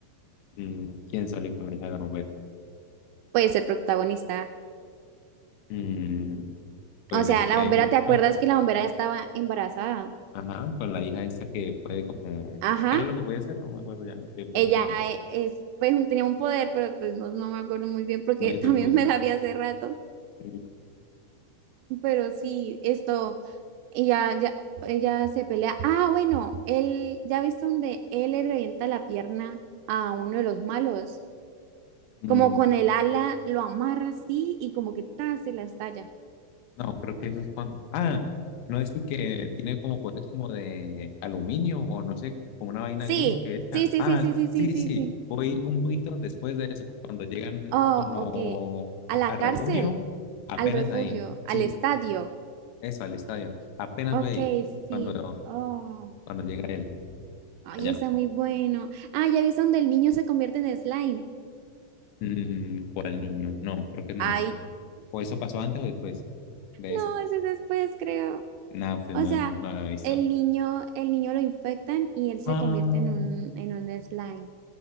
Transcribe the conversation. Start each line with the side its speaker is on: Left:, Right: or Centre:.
Left: Mm, ¿quién sale con la hija de la bombera?
Right: Puede ser protagonista.
Left: Mm, pues
Right: O sea,
Left: es
Right: la
Left: que
Right: bombera,
Left: hay muchas
Right: ¿te acuerdas
Left: partes.
Right: que la bombera estaba embarazada?
Left: Ajá, con la hija esta que puede como...
Right: Ajá.
Left: ¿Qué era lo que puede ser? No me acuerdo ya, que puede
Right: ella
Left: ser.
Right: e- es, pues un- tenía un poder, pero pues no, no me acuerdo muy bien porque
Left: No, yo
Right: <laughs> también
Left: tampoco.
Right: me la vi hace rato.
Left: Sí.
Right: Pero sí, esto, ella, ya, ella se pelea. Ah, bueno, él, ya viste donde él le revienta la pierna a uno de los malos.
Left: Mm,
Right: Como con el ala lo amarra así y como que ta, se la estalla.
Left: no, creo que eso es cuando. Ah, no es el que tiene como poderes como de aluminio o no sé, como una vaina
Right: Sí,
Left: gris que echa.
Right: sí, sí,
Left: Ah,
Right: sí, sí, sí, sí,
Left: sí,
Right: sí,
Left: sí, sí,
Right: sí.
Left: voy un poquito después de eso, cuando llegan
Right: Oh,
Left: como
Right: ok. A
Left: a-
Right: la
Left: al
Right: cárcel,
Left: refugio, apenas
Right: al refugio,
Left: ahí. Sí,
Right: al estadio.
Left: eso, al estadio. Apenas
Right: Ok,
Left: voy ahí,
Right: sí.
Left: cuando,
Right: Oh.
Left: cuando llega él,
Right: Ay,
Left: allá.
Right: está muy bueno. Ah, ya viste donde el niño se convierte en slime.
Left: Mm, ¿cuál niño? No, creo que no.
Right: Ay,
Left: ¿O eso pasó antes o después de eso?
Right: no, ese es después, creo.
Left: Nada, pues
Right: O
Left: no,
Right: sea,
Left: no lo he visto.
Right: el niño, el niño lo infectan y él se
Left: Ah.
Right: convierte en un, en un slime.